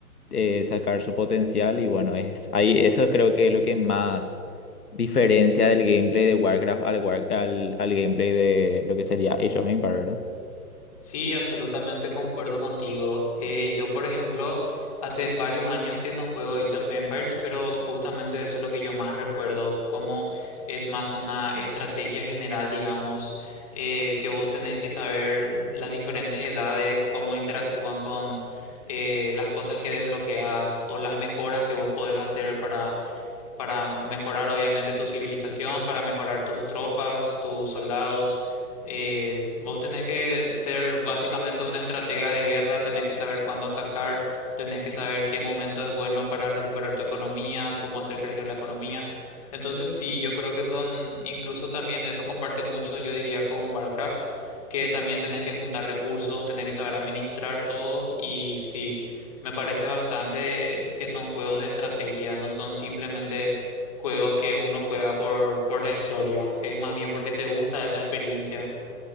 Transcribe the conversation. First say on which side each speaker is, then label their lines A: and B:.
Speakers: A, on the left; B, on the left.
A: eh, sacar su potencial y bueno, es ahí eso creo que es lo que más diferencia del gameplay de Warcraft al, War- al, al gameplay de lo que sería Age of Empires, ¿verdad?
B: Sí, absolutamente concuerdo contigo. Eh, yo, por ejemplo, hace varios años que no juego Age of Empires, pero justamente eso es lo que yo más recuerdo, como es más una estrategia general, digamos, eh, que vos tenés que saber las diferentes edades, cómo interactúan con eh, las cosas que desbloqueas o las mejoras que vos podés hacer para para mejorar obviamente tu civilización, para mejorar tus tropas, tus soldados. Eh, vos tenés que ser básicamente una estratega de guerra, tenés que saber cuándo atacar, tenés que saber qué momento es bueno para recuperar tu economía, cómo hacer crecer la economía. Entonces, sí, yo creo que son, incluso también eso comparte mucho, yo diría, con Warcraft, que también tenés que juntar recursos, tenés que saber administrar todo y sí. Me parece bastante que son juegos de estrategia, no son simplemente juegos que uno juega por, por la historia, es más bien porque te gusta esa experiencia.